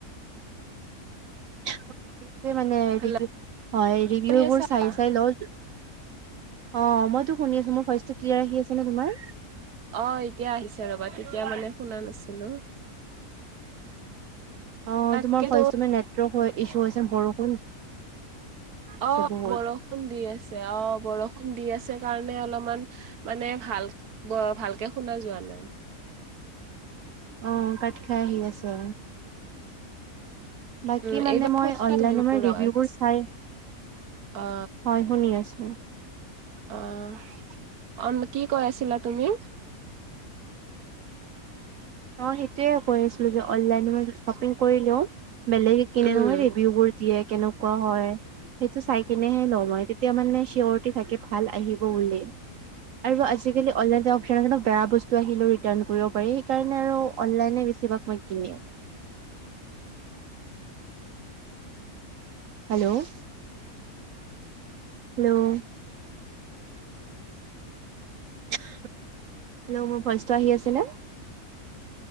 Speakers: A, on the right; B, on the right.
A: অ সেইটোৱে মানে
B: হেল্ল'
A: ৰিভিউ, ৰিভিউ
B: শুনি আছা
A: বোৰ চাই চাই লওঁ। অ মইতো শুনি আছো। মোৰ ভইচটো ক্লিয়াৰ আহি আছে নে তোমাৰ?
B: অ এতিয়া আহিছে ৰ'বা তেতিয়া মানে শুনা নাছিলোঁ।
A: অ
B: তাকেতো
A: তোমাৰ ফাৰ্ষ্ট নেটৱৰ্ক ইছু হৈছে বৰষ-
B: অ
A: বহুত।
B: বৰষুণ দি আছে, অ বৰষুণ দি আছ- কাৰণে অলপমান মানে ভাল ভালকে শুনা যোৱা নাই।
A: অ কাত খাই আহি আছে। বাকি
B: উম
A: মানে
B: এইবাৰ
A: মই
B: শুনিছা
A: অনলাইন
B: তুমি মোৰ
A: ৰিভিউ
B: আৱাজ
A: বোৰ চাই
B: অ
A: হয় শুনি আছো।
B: অহ অন কি কৈ আছিলা তুমি?
A: অ সেইটোয়ে কৈ আছিলো যে অনলাইন শ্বপিং কৰিলেও বেলেগ কিনে
B: উম
A: নহয় ৰিভিউ বোৰ দিয়ে কেনেকুৱা হয়। সেইটো চাই কিনেহে লও মই তেতিয়া মানে চিয়ৰিটি থাকে ভাল আহিব বুলি। আৰু আজিকালি অনলাইনৰ অপশন আহিল নহয় বেয়া বস্তু আহিলেও ৰিটাৰ্ণ কৰিব পাৰি। সেইকাৰণে আৰু অনলাইনে বেছিভাগ মই কিনি হেল্ল' হেল্ল' হেল্ল' মোৰ ভইচটো আহি আছে নে?